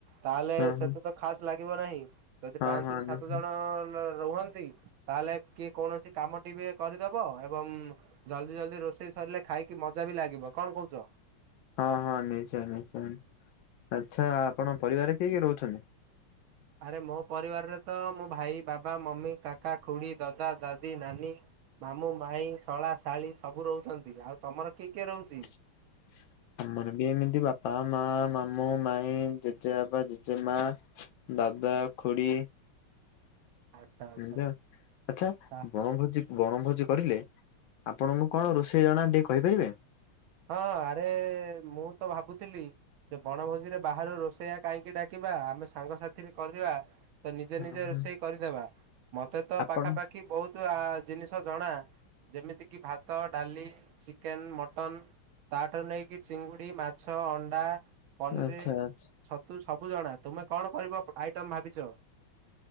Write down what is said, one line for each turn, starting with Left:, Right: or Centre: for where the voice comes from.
Right: ତା ହେଲେ
Left: ହଁ
Right: ସେତେ ତ ଖାସ ଲାଗିବ ନାହିଁ ଯଦି
Left: ହଁ
Right: ପାଞ୍ଚ
Left: ହଁ ହଁ
Right: ରୁ ସାତ
Left: ନିଶ୍ଚୟ।
Right: ଜଣ ରୁହନ୍ତି ତା ହେଲେ କିଏ କୌଣସି କାମଟି ବି କରିଦବ ଏବଂ ଜଲ୍ଦି ଜଲ୍ଦି ରୋଷେଇ ସରିଲେ ଖାଇକି ମଜା ବି ଲାଗିବ କଣ କୋହୁଛ?
Left: ହଁ ହଁ ନିଶ୍ଚୟ ନିଶ୍ଚୟ ଆଚ୍ଛା ଆପଣଙ୍କ ପରିବାରରେ କିଏ କିଏ ରହୁଛନ୍ତି?
Right: ଆରେ ମୋ ପରିବାର ରେ ତ ମୋ ଭାଇ, ବାବା, ମମି, କାକା, ଖୁଡ଼ି, ଦାଦା, ଦାଦି, ନାନୀ ମାମୁଁ, ମାଇଁ, ଶଳା, ଶାଳୀ ସବୁ ରହୁଛନ୍ତି। ଆଉ ତମର କିଏ କିଏ ରହୁଚି?
Left: <inaudible> ଆମର ବି ଏମିତି ବାପା, ମା, ମାମୁଁ, ମାଇଁ ଜେଜେ ବାପା, ଜେଜେ ମା ଦାଦା, ଖୁଡ଼ି।
Right: ଆଚ୍ଛା ଆଚ୍ଛା
Left: ଉଁଯା ଆଚ୍ଛା
Right: ତା
Left: ବଣଭୋଜି ବଣଭୋଜି କରିଲେ ଆପଣଙ୍କୁ କଣ ରୋସେଇ ଜଣା ଟିକେ କହିପାରିବେ?
Right: ହଁ ଆରେ ମୁଁ ତ ଭାବୁ ଥିଲି ଯେ ବଣଭୋଜି ରେ ବାହାରୁ ରୋସେଇଆ କାଇହିଁକି ଡାକିବା ଆମେ ସାଙ୍ଗସାଥି ରେ କରିବା ତ ନିଜେ
Left: ଉଁ,
Right: ନିଜେ ରୋସେଇ କରିଦେବା ମତେ ତ
Left: ଆପଣ
Right: ପାଖାପାଖି କି ବହୁତ ଆ ଜିନିଷ ଜଣା। ଜେମିତିକି ଭାଡ, ଡାଲି, ଚିକେନ୍, ମଟନ୍ ତାଠାରୁ ନେଇକି ଚିଙ୍ଗୁଡି, ମାଛ, ଅଣ୍ଡା, ପନିରି
Left: ଆଚ୍ଛା ଆଚ୍ଛା
Right: ଛତୁ ସବୁ ଜଣା ତୁମେ କଣ କରିବ ଆଇଟମ୍ ଭାବିଚ?